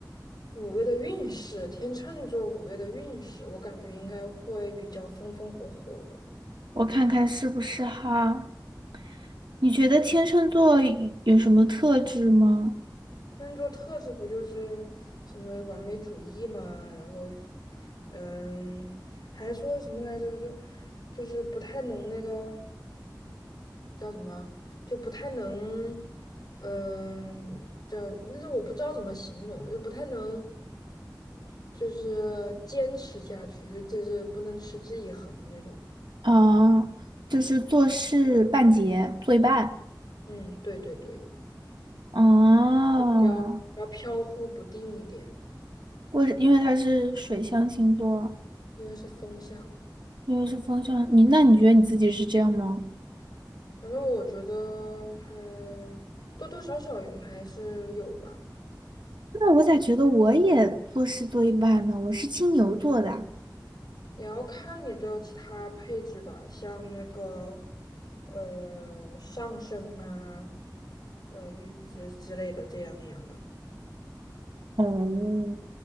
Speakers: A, on the left; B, on the right.
A: 五月的运势，天秤座五月的运势，我感觉应该会比较风风火火吧。
B: 我看看是不是哈？你觉得天秤座有有什么特质吗？
A: 天秤座特质不就是什么完美主义嘛，然后，嗯，还说什么来着？就就是不太能那个叫什么，就不太能，嗯，叫那是我不知道怎么形容，就不太能。就是坚持下去，就就是不能持之以恒那种。
B: 啊，就是做事半截，做一半。
A: 嗯，对对对，
B: 哦，
A: 比较比较飘忽不定一点，
B: 为因为他是水象星座，
A: 因为是风向。
B: 因为是风象，你那你觉得你自己是这样吗？
A: 反正我觉得还多多少少有还是有吧，
B: 那我咋觉得我也做事做一半呢？我是金牛座的，
A: 也要看你的其他配置吧，像那个呃上升啊，呃之之类的这样那样的。
B: 哦，